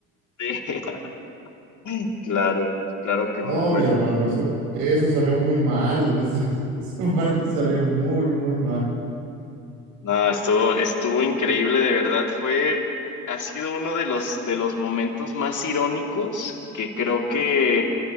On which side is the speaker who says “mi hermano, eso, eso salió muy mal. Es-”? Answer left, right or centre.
Right